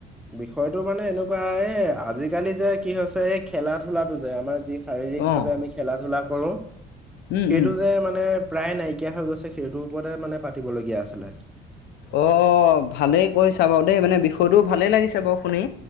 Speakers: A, in the centre; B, on the left.
A: বিষয়টো মানে এনেকুৱা এ আজিকালি যে কি হৈছে এই খেলা ধূলাটো যে আমাৰ যি শাৰীৰিক
B: অঁ
A: ভাৱে আমি খেলা ধূলা কৰো
B: উম
A: সেইটো
B: উম
A: যে মানে প্ৰায় নাইকিয়া হৈ গৈছে সেইটোৰ ওপৰতে মানে পাতিবলগীয়া আছিলে।
B: অ ভালেই কৈছা বাৰু দেই মানে বিষয়টোও ভালেই লাগিছে বাৰু শুনি